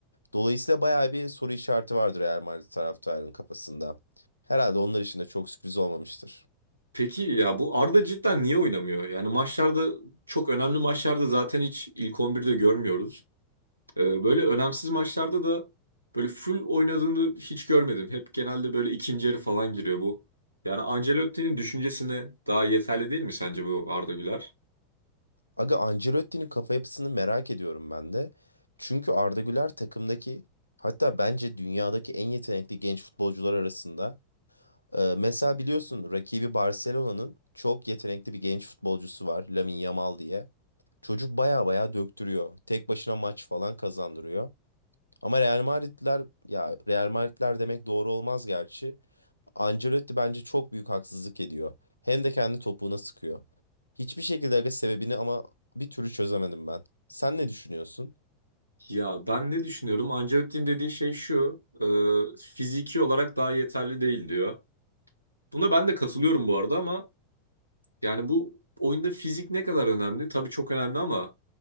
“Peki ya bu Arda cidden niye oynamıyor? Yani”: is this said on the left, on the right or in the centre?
Right